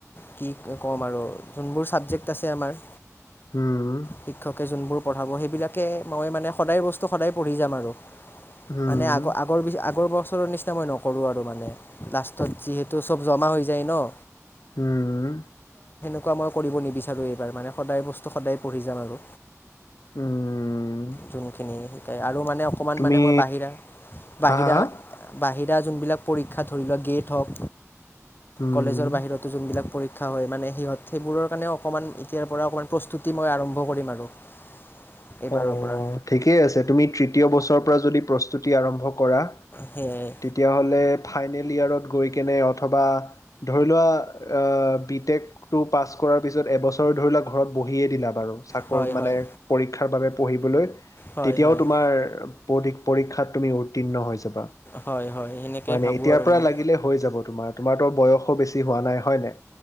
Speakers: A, on the left; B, on the left.
A: কি ক'ম আৰু যোনবোৰ চাবজেক্ট আছে আমাৰ
B: হম'।
A: শিক্ষকে যোনবোৰ পঢ়াব সেইবিলাকে মই মানে সদায় বস্তু সদায় পঢ়ি যাম আৰু
B: হুম,
A: মানে আগ আগৰ আগৰ বছৰৰ নিচিনা মই নকৰো আৰু মানে লাষ্টত যিহেতু চব জমা হৈ যায় ন
B: হম।
A: এনেকুৱা মই কৰিব নিবিচাৰোঁ এইবাৰ মানে সদায় বস্তু সদায় পঢ়ি যাম আৰু
B: উম,
A: যোনখিনি শিকাই আৰু মানে অকণমান
B: তুমি
A: মানে মই বাহিৰা বাহিৰা
B: হা, হা, হা?
A: বাহিৰা এতিয়া যোনবিলাক পৰীক্ষা ধৰি লোৱা গেট হওক
B: উম,
A: কলেজৰ বাহিৰতো যোনবিলাক পৰীক্ষা শিক্ষা হয় মানে সিহঁত সেইবোৰৰ কাৰণে অকমান এতিয়াৰ পৰা অকমান প্ৰস্তুতি মই আৰম্ভ কৰিম আৰু <inaudible>
B: অ'
A: পৰা
B: ঠিকেই আছে তুমি তৃতীয় বছৰৰ পৰা যদি প্ৰস্তুতি আৰম্ভ কৰা
A: সেয়াই
B: তেতিয়াহ'লে ফাইনেল ইয়াৰত গৈ কেনে অথবা ধৰি লোৱা আহ বি টেকটো পাছ কৰাৰ পিছত এবছৰ ধৰি লোৱাক ঘৰত বহিয়ে দিলা বাৰু চাকৰ
A: হয়
B: মানে
A: হয়
B: পৰ শিক্ষাৰ বাবে পঢ়িবলৈ
A: হয়
B: তেতিয়াও
A: হয়
B: তোমাৰ পৰীক্ষাত তুমি উত্তীৰ্ণ হৈ যাবা।
A: হয় হয় সেনেকৈ
B: হয়
A: ভাবোঁ
B: নাই এতিয়াৰ
A: আৰু
B: পৰা
A: মই
B: লাগিলে হৈ যাব তোমাৰ তোমাৰতো বয়সো বেছি হোৱা নাই হয় নাই।